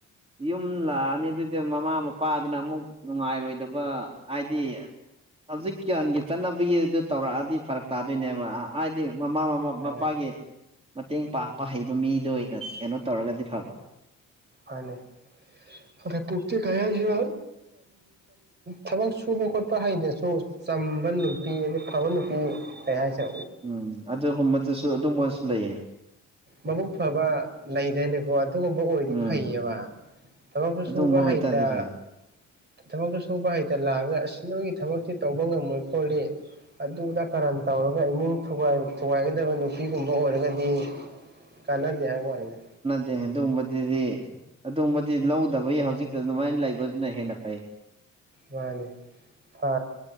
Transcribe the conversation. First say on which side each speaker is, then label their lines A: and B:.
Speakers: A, on the right (about 20°); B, on the right (about 35°).
A: ꯌꯨꯝ ꯂꯥꯛꯑꯅꯤ ꯑꯗꯨꯗꯤ ꯃꯃꯥ ꯃꯄꯥꯗꯨꯅ ꯑꯃꯨꯛ ꯅꯨꯡꯉꯥꯏꯔꯣꯏꯗꯕ ꯍꯥꯏꯗꯤ ꯍꯧꯖꯤꯛ ꯭ꯌꯥꯟꯒꯤ ꯆꯠꯅꯕꯒꯤꯗꯨ ꯇꯧꯔꯛꯑꯗꯤ ꯐꯔꯛ ꯇꯥꯗꯣꯏꯅꯦꯕ ꯍꯥꯏꯗꯤ ꯃꯃꯥ ꯃ
B: ꯍꯣꯏ
A: ꯃꯄꯥꯒꯤ ꯃꯇꯦꯡ ꯄꯥꯡꯕ ꯍꯩꯕ ꯃꯤꯗ ꯑꯣꯏꯅ ꯀꯩꯅꯣ ꯇꯧꯔꯒꯗꯤ ꯐꯕ
B: ꯃꯥꯅꯦ ꯑꯗꯩ ꯄꯨꯆꯤ ꯀꯩꯁꯨ ꯊꯕꯛ ꯁꯨꯕ ꯈꯣꯠꯄ ꯍꯩꯗ꯭ꯔꯁꯨ ꯆꯝꯕ ꯅꯨꯄꯤ ꯑꯗꯩ ꯐꯕ ꯅꯨꯄꯤ ꯀꯩ ꯍꯥꯏꯁꯦ
A: ꯎꯝ ꯑꯗꯨꯒꯨꯝꯕꯗꯨꯁꯨ ꯑꯗꯨꯝꯕꯁꯨ ꯂꯩꯌꯦ
B: ꯃꯕꯨꯛ ꯐꯕ ꯂꯩꯗꯅꯦꯕ ꯑꯗꯨꯒꯨꯝꯕ ꯑꯣꯏꯗꯤ
A: ꯎꯝ
B: ꯐꯩꯌꯦꯕ ꯊꯕꯛꯁꯨ ꯁꯨꯕ
A: ꯑꯗꯨꯒꯨꯝꯕ
B: ꯍꯩꯇ
A: ꯑꯣꯏꯇꯥꯔꯗꯤ ꯐꯩ
B: ꯊꯕꯛꯇꯨ ꯁꯨꯕ ꯍꯩꯇ ꯂꯥꯛꯑꯒ ꯑꯁꯤꯁ ꯅꯣꯏꯒꯤ ꯊꯕꯛꯁꯤ ꯇꯧꯕ ꯉꯝꯃꯣꯏ ꯈꯣꯠꯂꯤ ꯑꯗꯨꯗ ꯀꯔꯟ ꯇꯧꯔꯒ ꯏꯃꯨꯡ ꯊꯨꯒꯥꯏꯒꯗꯕ ꯅꯨꯄꯤꯒꯨꯝꯕ ꯑꯣꯏꯔꯒꯗꯤ ꯀꯟꯅꯗꯤ ꯍꯥꯏ ꯋꯥꯅꯤꯅ
A: ꯑꯗꯨꯒꯨꯝꯕꯗꯗꯤ ꯑꯗꯨꯕꯗꯤ ꯂꯧꯗꯕꯒꯤ ꯍꯧꯖꯤꯛꯇ ꯑꯗꯨꯃꯥꯏꯅ ꯂꯩꯕꯗꯨꯅ ꯍꯦꯟꯅ ꯐꯩ
B: ꯃꯥꯅꯦ ꯐ